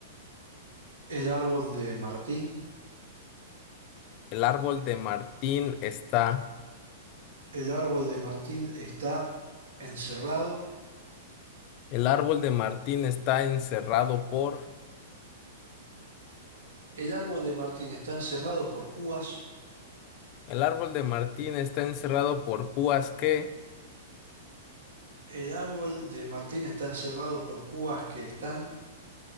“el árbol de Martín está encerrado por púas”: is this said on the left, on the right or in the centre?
Right